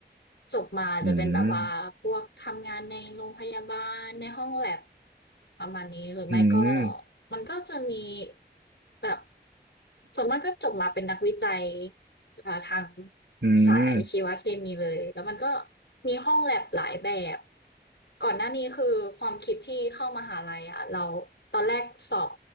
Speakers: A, on the left (about 75°); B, on the right (about 70°).
A: จบมาจะเป็นแบบว่าพวกทำงานในโรงพยาบาลในห้องแลบ
B: อืม
A: ประมาณนี้หรือไม่ก็
B: อืม
A: มันก็จะมีแบบส่วนมากก็จบมาเป็นนักวิจัย อ่าทาง
B: อืม
A: สายชีวเคมีเลยแล้วมันก็มีห้องแลบหลายแบบก่อนหน้านี้คือความคิดที่เข้ามหาลัยอ่ะเราตอนแรกสอบ